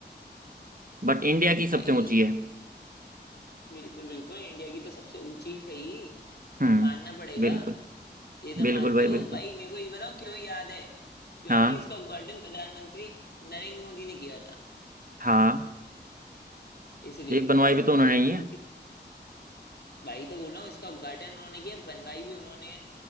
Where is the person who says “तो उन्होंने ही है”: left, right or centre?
Right